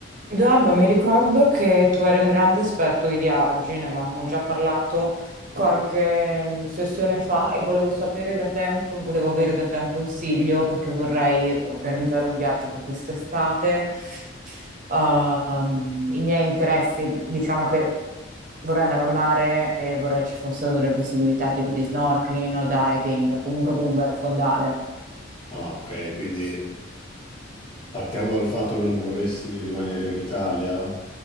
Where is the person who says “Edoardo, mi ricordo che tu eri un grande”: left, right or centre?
Right